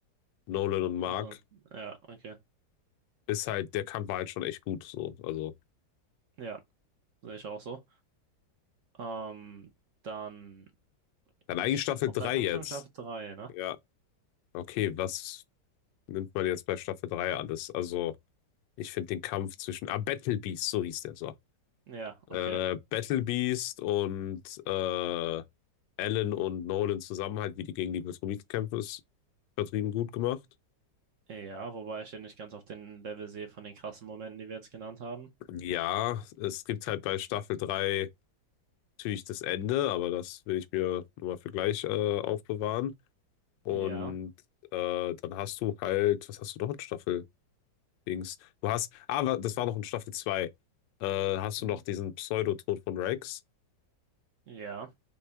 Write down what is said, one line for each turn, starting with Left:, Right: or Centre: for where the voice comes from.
Left: Nolan und Mark.
Right: also, ja, okay.
Left: ist halt, der Kampf war halt schon echt gut. So. Also,
Right: Ja, sehe ich auch so. Ähm, dann.
Left: dann
Right: Ich
Left: eigentlich Staffel
Right: glaube,
Left: 3
Right: dann kommt
Left: jetzt.
Right: schon Staffel 3, ne?
Left: Ja, okay, was nimmt man jetzt bei Staffel 3 alles? Also, ich finde den Kampf zwischen, ah, Battle Beast, so hieß der so.
Right: Ja, okay.
Left: Äh, Battle Beast und äh, Alan und Nolan zusammen halt, wie die gegen die Viltrumiten kämpfen, ist übertrieben gut gemacht.
Right: Ja, wobei ich den nicht ganz auf den Level sehe von den krassen Momenten, die wir jetzt genannt haben.
Left: Ja, es gibt halt bei Staffel 3 natürlich das Ende, aber das will ich mir nochmal für gleich äh, aufbewahren. Und
Right: Ja,
Left: äh, dann hast du halt, was hast du noch in Staffel Dings? Du hast, aber das war noch in Staffel zwei Äh, hast
Right: Mhm.
Left: du noch diesen Pseudotod von Rex?
Right: ja,